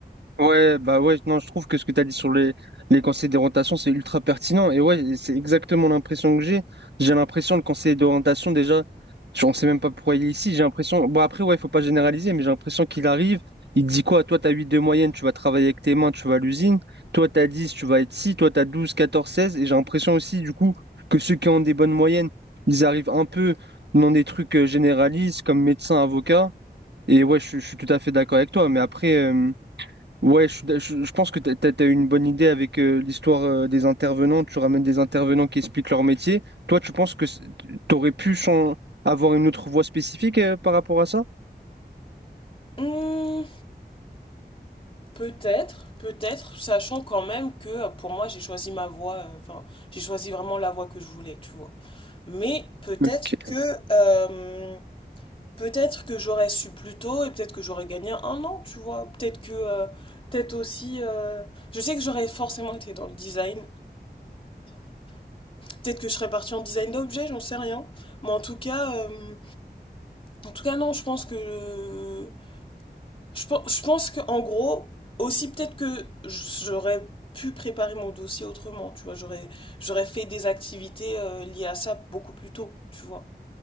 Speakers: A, on the right (about 80°); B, on the left (about 30°).
A: Ouais, bah ouais, non, je trouve que ce que tu as dit sur les, les conseils d'orientation, c'est ultra pertinent. Et ouais, et c'est exactement l'impression que j'ai. J'ai l'impression, le conseiller d'orientation, déjà, je- on ne sait même pas pourquoi il est ici. J'ai l'impression, bon, après, ouais, il faut pas généraliser, mais j'ai l'impression qu'il arrive, il te dit quoi? Toi, tu as 8 de moyenne, tu vas travailler avec tes mains, tu vas à l'usine. Toi, tu as 10, tu vas être ci. Toi, tu as 12, 14, 16. Et j'ai l'impression aussi, du coup, que ceux qui ont des bonnes moyennes, ils arrivent un peu dans des trucs euh, généralistes comme médecin, avocat. Et ouais, je, je suis tout à fait d'accord avec toi. Mais après. euh, Ouais, je, suis d'a- je- je pense que tu as, une bonne idée avec euh, l'histoire euh, des intervenants. Tu ramènes des intervenants qui expliquent leur métier. Toi, tu penses que tu aurais pu chan- avoir une autre voie spécifique euh, par rapport à ça?
B: Hmm, peut-être, peut-être, sachant quand même que euh, pour moi, j'ai choisi ma voie. Enfin, euh, enfin, j'ai choisi vraiment la voie que je voulais, tu vois. Mais peut-être
A: Ok.
B: que euh, peut-être que j'aurais su plus tôt et peut-être que j'aurais gagné un an, tu vois. Peut-être que, euh, peut-être aussi, euh, je sais que j'aurais forcément été dans le design. Peut-être que je serais partie en design d'objets, j'en sais rien. Mais en tout cas, euh, en tout cas, non, je pense que, je, pe- je pense que, en gros, aussi peut-être que j'aurais pu préparer mon dossier autrement, tu vois. J'aurais, j'aurais fait des activités euh, liées à ça beaucoup plus tôt, tu vois.